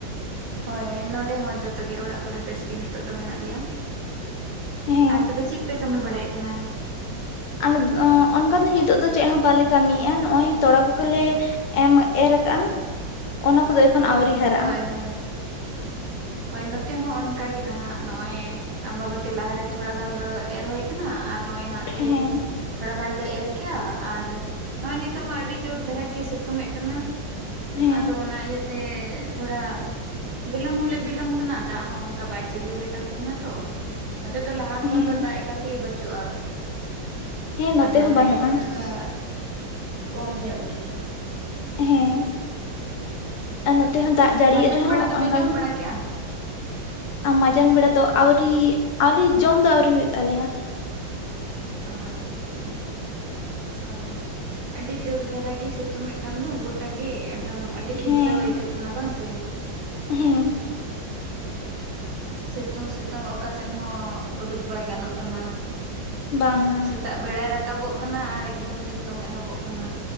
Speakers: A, on the right; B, on the left.
A: ᱦᱳᱭ ᱱᱚᱰᱮ ᱦᱚᱸ ᱡᱚᱛᱚ ᱜᱮ ᱚᱲᱟᱜ ᱠᱚᱨᱮ ᱵᱮᱥ ᱜᱮ ᱱᱤᱛᱚᱜ ᱫᱚ ᱢᱮᱱᱟᱜ ᱞᱮᱭᱟ᱾
B: ᱦᱮᱸ
A: ᱟᱨ ᱛᱚᱵᱮ ᱪᱮᱜ ᱯᱮ ᱠᱟᱹᱢᱤ ᱵᱟᱲᱟᱭᱮᱜ ᱠᱟᱱᱟ?
B: ᱟᱞᱮ ᱚᱱᱠᱟ ᱫᱚ ᱱᱤᱛᱚᱜ ᱫᱚ ᱪᱮᱜ ᱦᱚᱸ ᱵᱟᱞᱮ ᱠᱟᱹᱢᱤᱭᱮᱜ-ᱟ ᱱᱚᱜ-ᱚᱭ ᱛᱚᱲᱟ ᱠᱚᱜᱮᱞᱮ, <unintelligible> ᱮᱢ ᱮᱨᱟᱠᱟᱜ-ᱟ, ᱚᱱᱟ ᱠᱚᱫᱚ ᱮᱠᱷᱚᱱ ᱟᱹᱣᱨᱤ ᱦᱟᱨᱟᱜᱼᱟ
A: ᱦᱚᱭ ᱦᱚᱭ ᱦᱳᱭ ᱱᱚᱛᱮ ᱦᱚᱸ ᱚᱱᱠᱟ ᱜᱮ ᱱᱟᱦᱟᱜ ᱱᱚᱜᱼᱚᱭ ᱟᱢᱵᱟᱵᱚᱛᱤ ᱞᱟᱦᱟᱨᱮ ᱛᱷᱚᱲᱟ ᱜᱟᱱ ᱫᱚ ᱮᱨ ᱦᱳᱭ ᱟᱨ ᱱᱚᱜ-ᱚᱭ ᱦᱟᱸᱜ ᱛᱤᱦᱤᱧ
B: ᱦᱮᱸ
A: ᱛᱷᱚᱲᱟ ᱜᱟᱱᱞᱮ ᱮᱨ ᱜᱮᱭᱟ, ᱟᱨ ᱱᱚᱜ-ᱚᱭ ᱱᱤᱛᱚᱜ ᱢᱟ ᱟᱹᱰᱤ ᱡᱳᱨ ᱫᱷᱟᱨᱟ ᱜᱮ ᱥᱤᱛᱩᱝ ᱮᱫ ᱠᱟᱱᱟ
B: ᱦᱮᱸ
A: ᱟᱫᱚ ᱚᱱᱟ ᱤᱭᱟᱹᱛᱮ ᱛᱷᱚᱲᱟ ᱵᱤᱞᱚᱢ ᱦᱚᱞᱮ ᱵᱤᱞᱚᱢ ᱠᱟᱱᱟ ᱫᱟᱜ ᱦᱚᱸ ᱚᱱᱠᱟ ᱵᱟᱭ ᱡᱟᱹᱲᱤ ᱟᱞᱮ ᱠᱟᱱ ᱛᱟᱦᱮᱱᱟ ᱛᱟᱦᱮᱱᱟ ᱛᱚ ᱱᱚᱛᱮ ᱫᱚ ᱞᱟᱦᱟ ᱠᱷᱚᱱ
B: ᱦᱮᱸ
A: ᱫᱚ ᱫᱟᱜ ᱮᱠᱟᱞ ᱛᱮᱜᱮ ᱵᱟᱹᱪᱩᱜ-ᱟ
B: ᱦᱮᱸ ᱱᱚᱛᱮ
A: ᱟᱫᱚ
B: ᱦᱚᱸ
A: ᱚᱱᱟ
B: ᱵᱟᱹᱱᱩᱜᱼᱟ
A: ᱤᱭᱟᱹᱛᱮ ᱛᱷᱚᱲᱟ ᱠᱚᱢ ᱧᱚᱜ ᱜᱮ
B: ᱦᱮᱸ ᱟᱨ ᱱᱚᱛᱮ ᱦᱚᱸ ᱫᱟᱜ ᱡᱟᱹᱲᱤᱭᱮᱜ
A: ᱢᱟᱸᱡᱟᱱ
B: ᱨᱮᱦᱚᱸ
A: ᱵᱮᱲᱟ
B: ᱟ
A: <unintelligible>
B: ᱟᱨ ᱢᱟᱡᱟᱱ ᱵᱮᱲᱟ ᱫᱚ ᱟᱹᱣᱨᱤ ᱟᱹᱣᱨᱤ ᱡᱚᱢ ᱫᱚ ᱟᱹᱣᱨᱤ ᱦᱩᱭᱩᱜ ᱛᱟᱞᱮᱭᱟ
A: ᱚ ᱟᱪᱪᱷᱟ ᱟᱪᱪᱷᱟ ᱦᱳᱭ ᱟᱹᱰᱤ ᱡᱳᱨ ᱫᱷᱟᱨᱟ ᱜᱮ ᱥᱤᱛᱩᱝᱮᱫ ᱠᱟᱱ ᱫᱚ ᱜᱚᱴ ᱜᱚᱴᱟ ᱜᱮ ᱮᱠᱫᱚᱢ ᱟᱹᱰᱤ ᱠᱷᱤᱡᱞᱟᱹᱣ
B: ᱦᱮᱸ
A: ᱟᱹᱭᱠᱟᱹᱜ ᱠᱟᱱᱟ ᱵᱟᱝ ᱥᱮ
B: ᱦᱮᱸ
A: ᱥᱤᱛᱳᱝ ᱥᱤᱛᱳᱝ ᱚᱠᱟᱥᱮᱫ ᱦᱚᱸ ᱳᱰᱳᱠ ᱵᱟᱭ ᱜᱟᱱᱚᱜ ᱠᱟᱱᱟ
B: ᱵᱟᱝᱟ
A: ᱥᱮᱛᱟᱜ ᱵᱮᱲᱟᱭ ᱨᱟᱠᱟᱵᱚᱜ ᱠᱟᱱᱟ ᱟᱨ ᱮᱠᱫᱚᱢ ᱥᱤᱛᱩᱝ ᱮᱦᱚᱵᱚᱜ ᱠᱟᱱᱟ